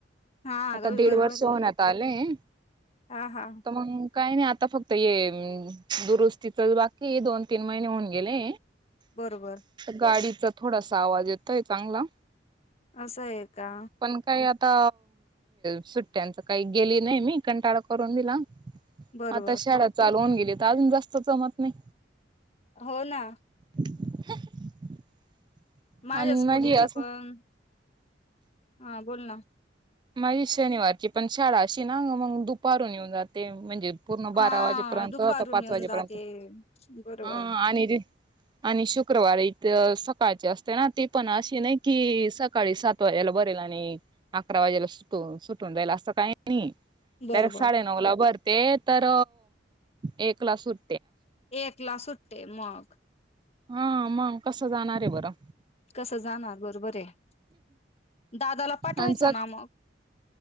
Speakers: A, on the left (about 35°); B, on the right (about 25°).
A: हा अगं
B: आता
A: बाई
B: दीड
A: बरोबर
B: वर्ष होण्यात
A: आहे.
B: आलंय
A: हा हा
B: तर मग काही नाही आता फक्त ये दुरुस्तीच बाकी दोन तीन महिने होऊन गेले
A: बरोबर
B: गाडीचा थोडासा आवाज येतोय चांगला.
A: असं आहे का.
B: पण काही आता सुट्ट्यांच काही गेली नाही मी कंटाळा करून दिला.
A: बरोबर
B: आता शाळा चालवून गेली तर अजून जास्त जमत नाही.
A: हो ना.
B: <unintelligible>
A: माझ्या
B: आणि
A: स्कुटीच
B: माझी असं
A: पण <inaudible> हा बोल ना
B: माझी शनिवारची पण शाळा अशी ना मग दुपारून येऊन जाते म्हणजे पूर्ण बारा
A: हा
B: वाजेपर्यंत
A: दुपारून
B: आता पाच
A: येऊन
B: वाजेपर्यंत
A: जाते. बरोबर
B: ह आणि ते आणि शुक्रवारी इथ सकाळचे असते ना तेी पण अशी नाही कि सका सकाळी सात वाजेला बरेल आणि अकरा वाजेला सुटून सुटून जाईल असं काही
A: बरोबर
B: डरेक्ट साडेनऊ ला भरते तर एकला सुट
A: एक ला सुट्टे मग.
B: हा मग कसं जाणार आहे बरं,
A: कसं जाणार बरोबर आहे दादाला पाठवायचं
B: आमचा
A: ना मग,